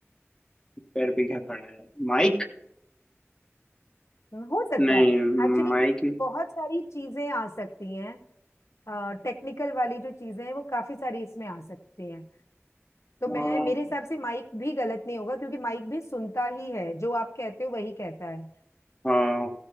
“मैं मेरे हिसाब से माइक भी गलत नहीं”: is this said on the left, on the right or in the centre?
Left